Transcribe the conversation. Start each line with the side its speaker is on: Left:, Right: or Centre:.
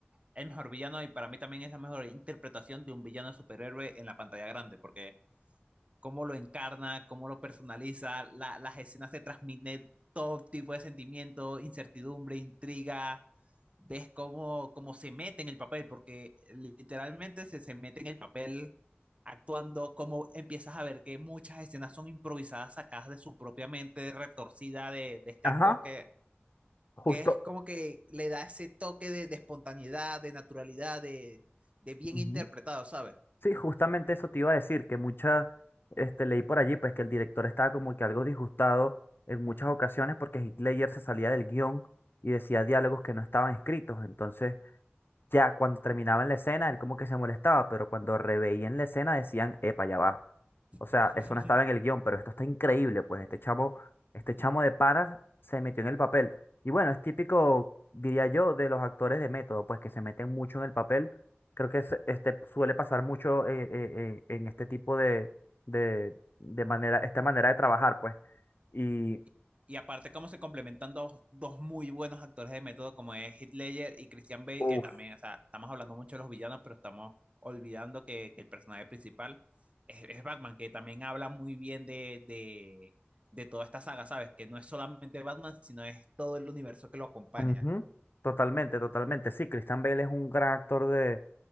Right: el mejor villano y para mí también es la mejor interpretación de un villano de superhéroe en la pantalla grande, porque cómo lo encarna, cómo lo personaliza, la, las escenas te transmiten todo tipo de sentimiento, incertidumbre, intriga, ves cómo, cómo se mete en el papel, porque literalmente se, se mete en el papel actuando, como empiezas a ver que muchas escenas son improvisadas, sacadas de su propia mente retorcida de, de este
Left: Ajá,
Right: actor que,
Left: justo.
Right: que es como que le da ese toque de, de espontaneidad, de naturalidad, de, de bien
Left: Ujú.
Right: interpretado, ¿sabes?
Left: Sí, justamente eso te iba a decir, que muchas, este, leí por allí, pues que el director estaba como que algo disgustado en muchas ocasiones porque Hitler se salía del guión y decía diálogos que no estaban escritos. Entonces, Ya cuando terminaban la escena, él como que se molestaba, pero cuando reveían la escena decían, epa, ya va.
Right: <laughs>
Left: O sea, eso no estaba en el guión, pero esto está increíble, pues este chamo, este chamo de panas se metió en el papel. Y bueno, es típico, diría yo, de los actores de método, pues que se meten mucho en el papel. Creo que se- este, suele pasar mucho eh, eh, eh, en este tipo de, de, de manera, esta manera de trabajar, pues. Y,
Right: Y y aparte cómo se complementan dos, dos muy buenos actores de método como es Heath Ledger y Christian Bale,
Left: uff,
Right: que también, o sea, estamos hablando mucho de los villanos, pero estamos olvidando que, que el personaje principal es, es Batman, que también habla muy bien de, de, de toda esta saga, ¿sabes? Que no es solamente Batman, sino es todo el universo que lo acompaña
Left: Ujú, Totalmente, totalmente. Sí, Christian Bale es un gran actor de,